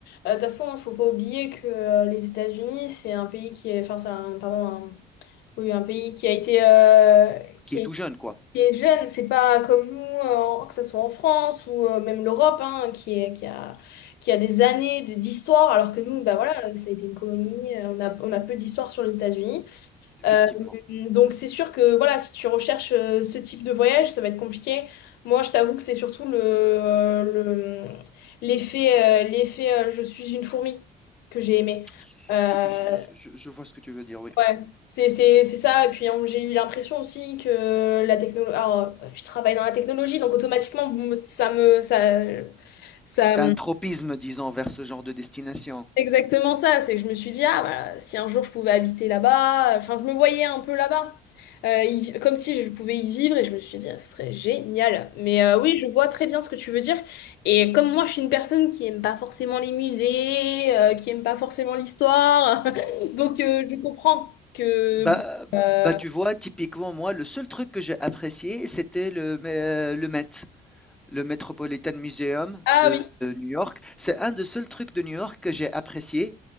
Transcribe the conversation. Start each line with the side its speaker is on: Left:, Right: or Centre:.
Left: euh, De toute façon, il ne faut pas oublier que euh, les États-Unis, c'est un pays qui est, enfin, c'est un, pardon, un- oui, un pays qui a été, euh, qui
Centre: Qui est tout
Left: a
Centre: jeune, quoi,
Left: été jeune. C'est pas comme nous, euh, en- que ce soit en France ou euh, même l'Europe, hein, qui est, qui a, qui a des années de- d'histoire, alors que nous, bah voilà, ça a été une colonie. euh, On a, on a peu d'histoire sur les États-Unis.
Centre: effectivement.
Left: Euh, donc c'est sûr que voilà, si tu recherches euh, ce type de voyage, ça va être compliqué. Moi, je t'avoue que c'est surtout le, euh, le- l'effet, euh, l'effet euh, je suis une fourmi que j'ai aimé.
Centre: Ce
Left: Euh,
Centre: que je je je vois ce que tu veux dire, oui.
Left: ouais, c'est, c'est, c'est ça. Et puis hein, j'ai eu l'impression aussi que la technologie... Alors, euh, je travaille dans la technologie, donc automatiquement, bon, ça me... Ça, ça,
Centre: Tu un tropisme, disons, vers ce genre de destination.
Left: exactement ça. C'est que je me suis dit, ah, voilà, si un jour je pouvais habiter là-bas, enfin, je me voyais un peu là-bas. Euh, y- comme si je pouvais y vivre et je me suis dit, ah, ce serait génial. Mais euh, oui, je vois très bien ce que tu veux dire. Et comme moi, je suis une personne qui aime pas forcément les musées, euh, qui aime pas forcément l'histoire, <laughs> donc euh, je comprends que.
Centre: Bah
Left: bon, euh,
Centre: bah, tu vois, typiquement, moi, le seul truc que j'ai apprécié, c'était le mais, heu, le Met le Metropolitan Museum
Left: Ah
Centre: de
Left: oui,
Centre: de New York. C'est un des seuls trucs de New York que j'ai apprécié.